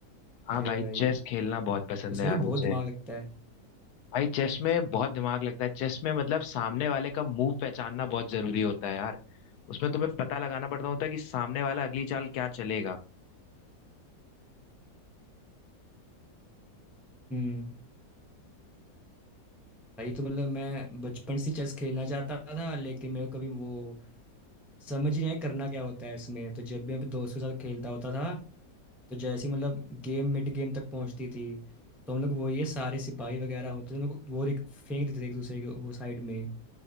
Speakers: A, on the left; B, in the centre.
A: हाँ
B: अरे
A: भाई
B: भाई
A: चेस खेलना बहुत पसंद
B: उसमें
A: है यार
B: तो बहुत
A: मुझे
B: दिमाग लगता है
A: भाई चेस में बहुत दिमाग लगता है चेस में मतलब सामने वाले का मूव पहचानना बहुत जरूरी होता है यार उसमें तुम्हें पता लगाना पड़ता होता है कि सामने वाला अगली चाल क्या चलेगा
B: हम्म भाई तो मतलब मैं बचपन से चेस खेलना चाहता था लेकिन मेरे को कभी वो समझ ही नहीं आया करना क्या होता है इसमें तो जब भी मैं अपने दोस्तों के साथ खेलता होता था तो जैसे ही मतलब गेम मिड गेम तक पहुंचती थी तो हम लोग वो ये सारे सिपाही वगैरह होते थे हम लोग वो देख- फेंक देते थे एक दूसरे के वो साइड में